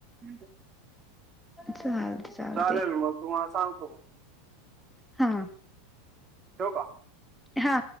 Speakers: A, on the right (about 30°); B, in the centre.
A: <inaudible>
B: चालते चालते
A: चालेल मग तुम्हाला सांगतो मग,
B: हा
A: ठेवू का?
B: हा